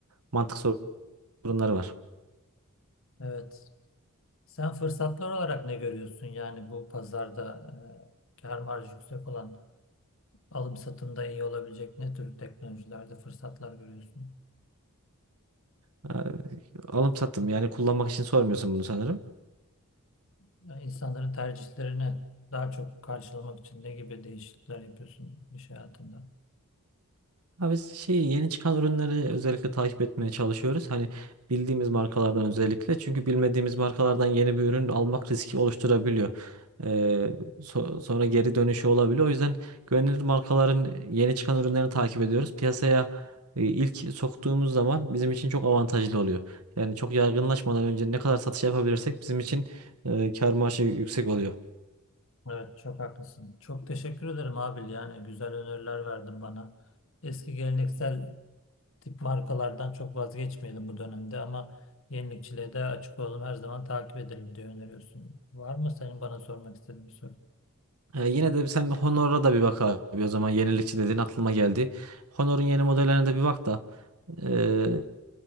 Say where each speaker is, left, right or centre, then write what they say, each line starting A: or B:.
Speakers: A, on the right (about 85°); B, on the left (about 60°).
A: Mantık sorunları var.
B: Evet. Sen fırsatlar olarak ne görüyorsun? Yani bu pazarda e, kar marjı yüksek olan alım satımda iyi olabilecek ne tür teknolojilerde fırsatlar görüyorsun?
A: Ha, Alım sattım yani kullanmak için sormuyorsun bunu sanırım.
B: Yani insanların tercihlerini daha çok karşılamak için ne gibi değişiklikler yapıyorsun iş hayatında?
A: Ha biz şey yeni çıkan ürünleri özellikle takip etmeye çalışıyoruz. Hani bildiğimiz markalardan özellikle çünkü bilmediğimiz markalardan yeni bir ürün almak riski oluşturabiliyor. Ee, so- sonra geri dönüşü olabiliyor. O yüzden güvenilir markaların yeni çıkan ürünlerini takip ediyoruz. Piyasaya e, ilk soktuğumuz zaman bizim için çok avantajlı oluyor. Yani çok yaygınlaşmadan önce ne kadar satış yapabilirsek bizim için e, kar marjı yüksek oluyor.
B: Evet, çok haklısın. Çok teşekkür ederim Abil. Yani güzel öneriler verdin bana. Eski geleneksel tip markalardan çok vazgeçmeyelim bu dönemde ama yenilikçiliğe de açık olalım. Her zaman takip edelim diye öneriyorsun. Var mı senin bana sormak istediğin bir soru?
A: Ee, yine de sen bir Honor'a da bir bak abi o zaman yenilikçi dediğin aklıma geldi. Honor'un yeni modellerine de bir bak da ee,